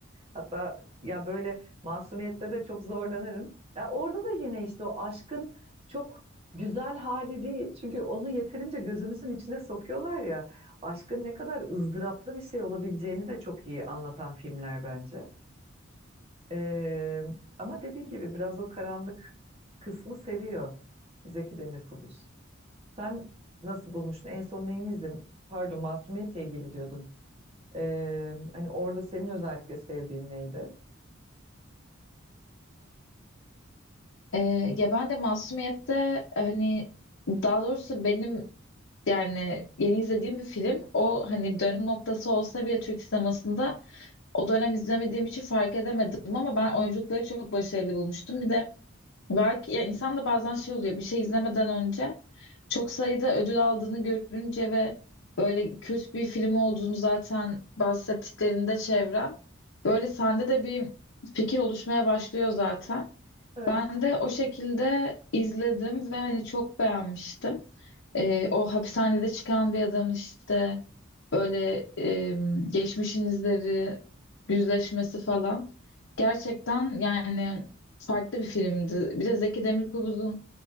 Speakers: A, on the right (about 30°); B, on the left (about 80°).
A: Hatta ya böyle masumiyette de çok zorlanırım. Ya orada da yine işte o aşkın çok güzel hali değil. Çünkü onu yeterince gözümüzün içine sokuyorlar ya. Aşkın ne kadar ızdıraplı bir şey olabileceğini de çok iyi anlatan filmler bence. Ee, ama dediğin gibi biraz o karanlık kısmı seviyor Zeki Demirkubuz. Sen nasıl bulmuştun? En son neyini izledin? Pardon, Masumiyet'le ilgili diyordun. Ee, hani orada senin özellikle sevdiğin neydi?
B: Ee, ya ben de Masumiyet'te hani daha doğrusu benim yani yeni izlediğim bir film o hani dönüm noktası olsa bile Türk sinemasında o dönem izlemediğim için fark edemedim ama ben oyunculukları çok başarılı bulmuştum. Bir de belki ya insan da bazen şey oluyor bir şey izlemeden önce çok sayıda ödül aldığını görünce ve böyle kült bir film olduğunu zaten bahsettiklerinde çevren böyle sende de bir fikir oluşmaya başlıyor zaten.
A: Evet.
B: Ben de o şekilde izledim ve hani çok beğenmiştim. Ee, o hapishanede çıkan bir adamın işte böyle e, geçmişin izleri, yüzleşmesi falan. Gerçekten yani farklı bir filmdi. Bir de Zeki Demirkubuz'un